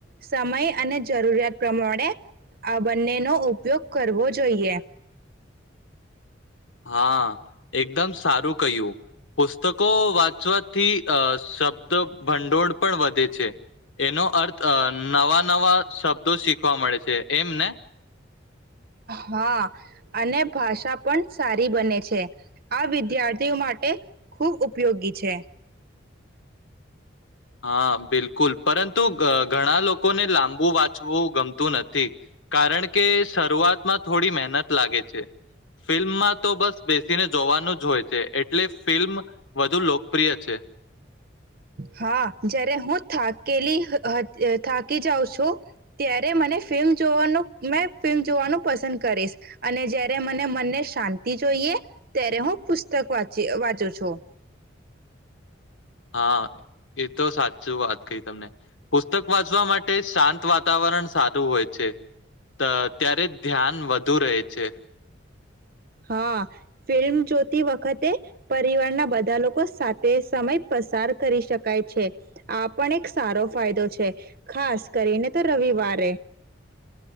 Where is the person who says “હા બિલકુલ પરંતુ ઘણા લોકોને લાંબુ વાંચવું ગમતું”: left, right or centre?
Left